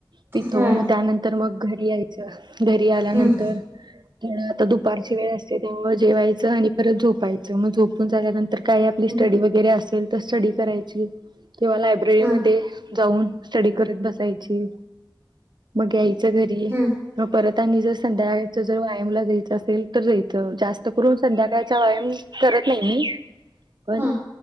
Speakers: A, on the right; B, on the right.
A: पितो
B: होय
A: म त्यानंतर मग घरी यायचं घरी आल्यानंतर
B: हम्म
A: आता दुपारची वेळ असते त्यामुळ जेवायचं आणि परत झोपायचं म झोपून झाल्यानंतर तर काय आपली स्टडी
B: हम्म
A: वगैरे असेल तर स्टडी करायची किंवा लायब्ररीमदे
B: हा
A: जाऊन स्टडी करत बसायची मग घ्याय च घरी
B: हम्म
A: म परत आणि जर संद्याकाळी जर वायमला जयचं असेल तर जयचं, जास्त करून संद्याकाळच वायाम करत नइ मी पण
B: हा